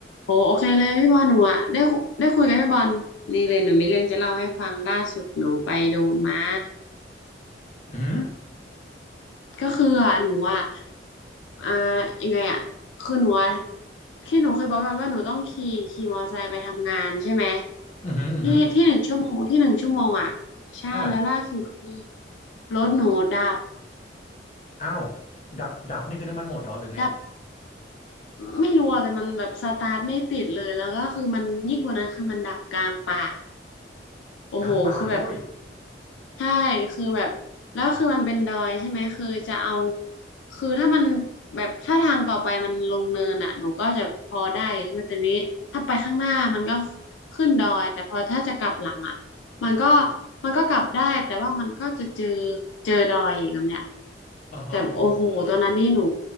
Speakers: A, on the left; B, on the left.
A: โหโอเคเลยพี่บอลหนูอะได้คุได้คุยกับพี่บอลนี่เลยหนูมีเรื่องจะเล่าให้ฟังล่าสุดหนูไปโดนมา
B: อือหือ
A: ก็คืออะหนูอะอ่ายังไงอะคือหนูอะที่หนูเคยบอกกันว่าหนูต้องขี่ขี่มอเตอร์ไซค์ไปทำงานใช่ไหม
B: อือหืออือหือ
A: ที่ที่หนึ่งชั่วโมงที่หนึ่งชั่วโมงอะใช่แล้วล่าสุดคือ
B: อ่า
A: รถหนูดับ
B: อ้าวดับดับนี่คือน้ำมันหมดเหรอหรือไง
A: ดับไม่รู้อะแต่มันแบบสตาร์ทไม่ติดเลยแล้วก็คือมันยิ่งกว่านั้นคือมันดับกลางป่าโอ้โหคือแบบ
B: กลางป่าด้วย
A: ใช่คือแบบแล้วคือมันเป็นดอยใช่ไหมคือจะเอาคือถ้ามันแบบถ้าทางต่อไปมันลงเนินอ่ะหนูก็จะพอได้อยู่ใช่ไหมแต่นี้ถ้าไปข้างหน้ามันก็ขึ้นดอยแต่พอถ้าจะกลับหลังอ่ะ มันก็มันก็กลับได้แต่ว่ามันก็จะเจอเจอดอยอีกแบบเนี้ย
B: อ่าฮะ
A: แต่โอ้โหตอนนั้นนี่หนู